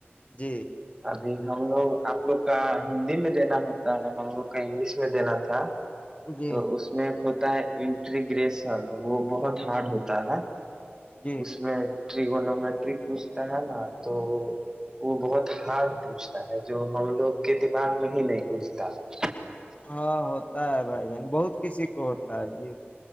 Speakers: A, on the left; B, on the right.
A: جی <unintelligible>
B: ابھی ہم لوگ آپ لوگ کا ہندی میں دینا ہوتا ہے ہم لوگ <unintelligible> انگلش میں دینا تھا
A: جی
B: تو اس میں ایک ہوتا ہے ان <unintelligible> گریس والو وہ بہت ہارڈ ہوتا ہے
A: جی
B: <unintelligible> اس میں <unintelligible> تگون میںت پو <unintelligible> ہے نا تو <unintelligible> وہ بہت ہارڈ پوچھتا ہے جو ہم لوگ کے دماغ میں ہی نہیں گستا ہے <unintelligible>
A: ہاں ہوتا ہے بھائی جان بہت کسی کو ہوتا ہے یہ